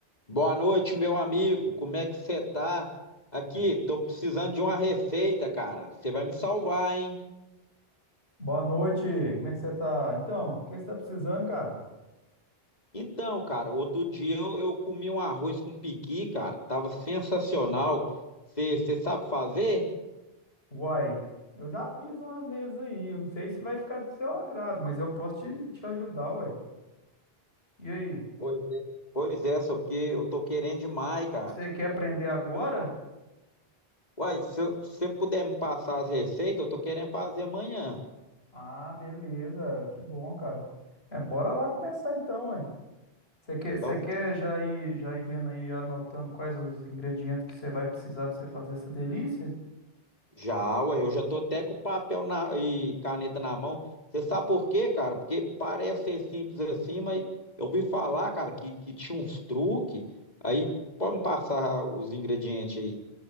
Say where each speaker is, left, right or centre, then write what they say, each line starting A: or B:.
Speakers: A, on the left (about 40°); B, on the left (about 80°).
A: Boa noite, meu amigo. Como é que você tá? Aqui, tô precisando de uma receita, cara. Você vai me salvar, hein?
B: Boa noite, como é que você tá? Então, o que você tá precisando, cara?
A: Então, cara, outro dia eu, eu comi um arroz com piqui, cara. Tava sensacional. Você você sabe fazer?
B: Uai, eu já fiz umas vezes aí, eu não sei se vai ficar do seu agrado, mas eu posso te, te ajudar, uai. E aí,
A: Pois é. Pois é, só porque eu tô querendo demais, cara.
B: você quer aprender agora?
A: Uai, se você puder me passar as receitas, eu tô querendo fazer amanhã.
B: Ah, beleza, que bom, cara. É, bora lá começar então, uai. Você quer,
A: Então,
B: você quer já ir, já ir vendo aí, anotando quais os ingredientes que você vai precisar para você fazer essa delícia?
A: Já, ué, eu já tô até com papel na- e caneta na mão. Você sabe por quê, cara? Porque parece ser simples assim, mas eu ouvi falar, cara, que, que tinha uns truques. Aí pode me passar os ingredientes aí.